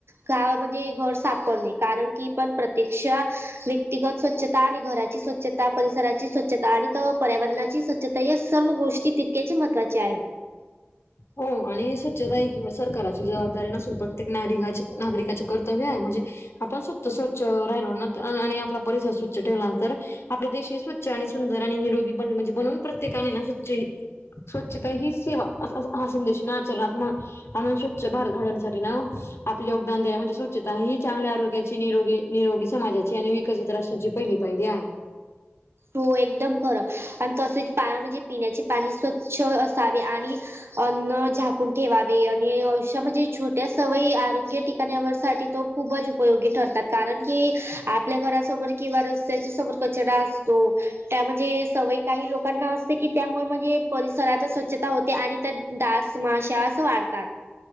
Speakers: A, on the right; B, on the left.
A: का म्हणजे घर सापडणे, कारण की पण प्रतिक्षा. व्यक्तिगत स्वच्छता, आणि घराची स्वच्छता, परिसराची स्वच्छता आणि पर्यावरणाची स्व ता या सर्व गोष्टी तितक्याचे महत्वाच्या आहेत.
B: हो, आणि स्वच्छता हा किंवा सरकारची जबाबदारी नसून प्रत्येक नारिकाची नागरिकाची कर्तव्य आहे. म्हणजे, आपण स्वतः स्वच्छ राहिलो ना तर, आणि आपला परिसर स्वच्छ ठेवलां तर, आपलं देश हे स्वच्छ आणि सुंदर, आणि निरोगी बन म्हणजे बनून. प्रत्येकाने ना‌ स्वच्छ ही, स्वच्छता ही सेवा हा संदेश आचरणात मा आणून स्वच्छ भारत घडवण्यासाठी ना, आपले योगदान द्या, म्हणजे स्वच्छता ही चांगल्या आरोग्याची निरोगी. निरोगी समाजाची, आणि विकसित राष्ट्राची पहिली पायरी आहे.
A: हो एकदम खरं, आणि तसेच पा म्हणजे पिण्याचे पाणी स्वच्छ असावे. आणि, अन्न झाकून ठेवावे, आणि अशा म्हणजे छोट्या सवयी, आरोग्य ठिकाण्यावर साठी तो खूपच उपयोगी ठरतात. कारण की आपल्या घरासमोर, किंवा रस्त्याच्या समोर कचडास. तो, त्या म्हणजे सवय काही लोकांना असते की, त्यामुळे म्हणजे परिसरात स्वच्छता होते आणि त्यात. डास माशा असं वाढतात.